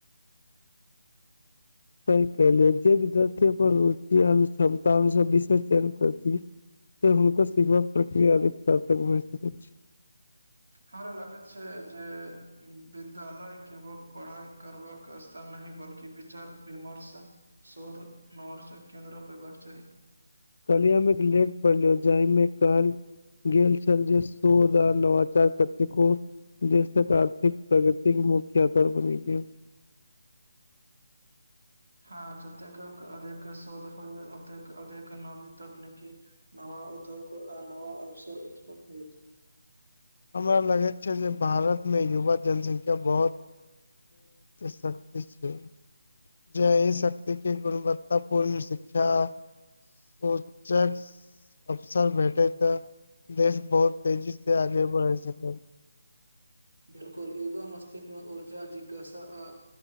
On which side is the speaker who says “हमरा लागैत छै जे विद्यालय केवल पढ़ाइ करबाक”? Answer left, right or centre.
Right